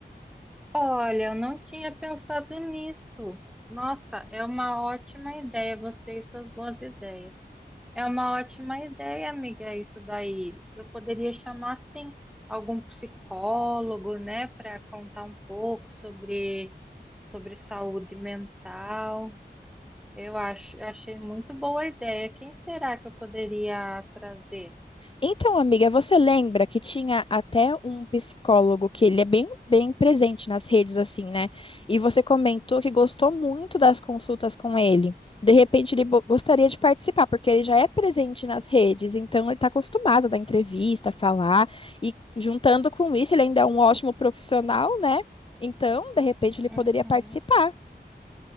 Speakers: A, in the centre; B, on the left.
A: Olha, eu não tinha pensado nisso. Nossa, é uma ótima ideia, você e suas boas ideias. É uma ótima ideia, amiga, isso daí. Eu poderia chamar, sim, algum psicólogo, né, para contar um pouco sobre, sobre saúde mental. Eu acho, achei muito boa a ideia. Quem será que eu poderia trazer?
B: Então, amiga, você lembra que tinha até um psicólogo que ele é bem, bem presente nas redes, assim, né? E você comentou que gostou muito das consultas com ele. De repente, ele bo- gostaria de participar, porque ele já é presente nas redes, então ele está acostumado a dar entrevista, falar, e juntando com isso, ele ainda é um ótimo profissional, né? Então, de repente, ele
A: Uhum.
B: poderia participar.